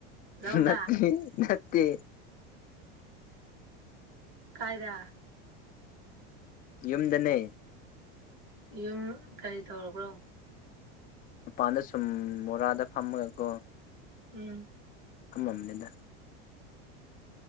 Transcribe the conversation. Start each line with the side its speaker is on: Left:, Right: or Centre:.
Right: ꯂꯧꯗ
Left: ꯅꯠꯇꯦ ꯅꯠꯇꯦ
Right: ꯀꯥꯏꯗ
Left: ꯌꯨꯝꯗꯅꯦ
Right: ꯌꯨꯝ ꯀꯔꯤ ꯇꯧꯔꯕ꯭ꯔꯣ
Left: ꯃꯄꯥꯟꯗ ꯁꯨꯝ ꯃꯣꯔꯥꯗ ꯐꯝꯃꯒꯀꯣ
Right: ꯎꯝ
Left: ꯑꯃꯝꯅꯦꯗ